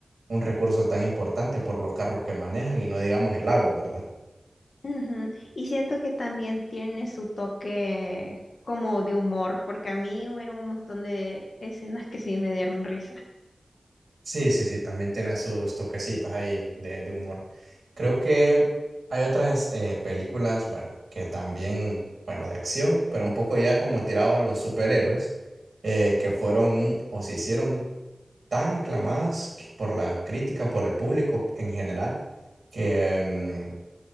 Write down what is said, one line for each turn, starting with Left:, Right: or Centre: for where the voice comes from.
Right: un recurso tan importante por los carros que manejan y no digamos el agua, ¿verdad?
Left: Ujú, Y siento que también tiene su toque como de humor, porque a mí hubieron un montón de escenas que sí me dieron risa.
Right: Sí, sí, sí, también tiene sus toquecitos ahí de, de humor. Creo que hay otras eh, películas, bueno, que también, bueno, de acción, pero un poco ya como tiraban los superhéroes, eh, que fueron o se hicieron tan aclamadas que- por la crítica, por el público en general, que mm,